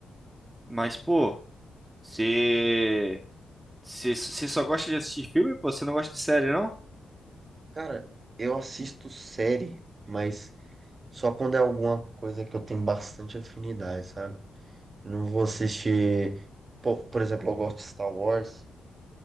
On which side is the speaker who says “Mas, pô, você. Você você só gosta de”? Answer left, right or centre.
Right